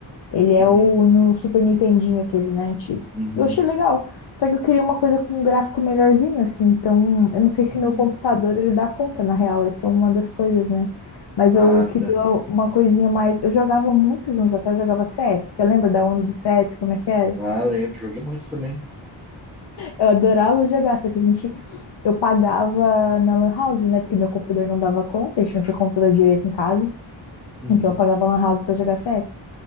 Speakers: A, on the left; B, in the centre.
A: Ele é
B: uhum,
A: o no Super Nintendinho, aquele, né? Antigo.
B: uhum,
A: Eu achei legal. Só que eu queria uma coisa com um gráfico melhorzinho, assim. Então, eu não sei se
B: uhum.
A: meu computador ele dá conta, na real. Essa é uma das coisas, né? Mas
B: Ah,
A: eu queria
B: tá.
A: uma coisinha mais. Eu jogava muitos anos até, eu jogava CS. Você lembra da onda do CS? Como é que era?
B: Ah, lembro, joguei muito também.
A: Eu adorava jogar, só que a gente. Eu pagava na Lan House, né? Porque meu computador não dava conta, a gente não tinha computador direito em casa.
B: Uhum.
A: Então eu pagava Lan House pra jogar CS.